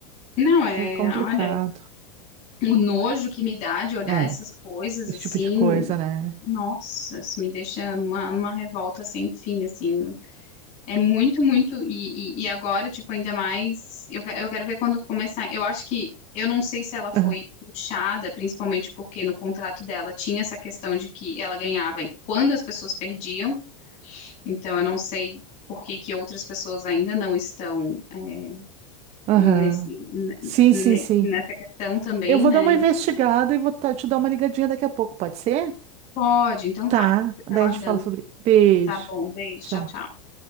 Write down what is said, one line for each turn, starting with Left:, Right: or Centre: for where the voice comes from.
Left: Não, é,
Right: É complicado.
Left: olha. O nojo que me dá de olhar
Right: É,
Left: essas coisas
Right: esse
Left: assim,
Right: tipo de coisa, né?
Left: nossa, isso me deixa numa, numa revolta sem fim, assim. É muito, muito. E, e, e agora, tipo, ainda mais. Eu, que- eu quero ver quando começar. Eu acho que. Eu não sei se ela foi
Right: Aham.
Left: puxada, principalmente porque no contrato dela tinha essa questão de que ela ganhava quando as pessoas perdiam. Então, eu não sei por que que outras pessoas ainda não estão, é,
Right: Aham.
Left: nesse, ne-
Right: Sim,
Left: ne-
Right: sim, sim.
Left: nessa questão também,
Right: Eu vou
Left: né?
Right: dar uma investigada e vou ta- te dar uma ligadinha daqui a pouco, pode ser?
Left: Pode, então
Right: Tá.
Left: tá. Fico te
Right: Daí
Left: aguardando.
Right: a gente fala sobre. Beijo.
Left: Tá bom, beijo,
Right: Tchau.
Left: tchau, tchau.